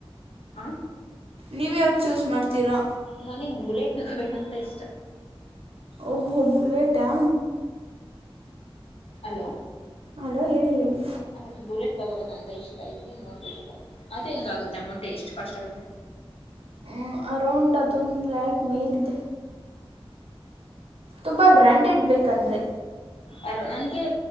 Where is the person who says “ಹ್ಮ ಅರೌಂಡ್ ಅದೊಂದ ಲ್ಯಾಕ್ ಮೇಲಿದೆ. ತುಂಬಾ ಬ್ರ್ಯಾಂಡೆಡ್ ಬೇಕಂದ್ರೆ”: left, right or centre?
Right